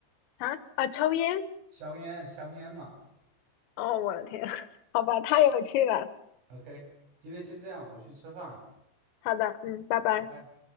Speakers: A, on the left; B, on the right.
A: 啊啊，抽烟。
B: 香烟，香烟嘛。
A: 哦，我的天，<laughs> 好吧，太有趣了。
B: OK，OK，今天先这样，我去吃饭了，
A: 好的，嗯，拜拜。
B: 拜拜。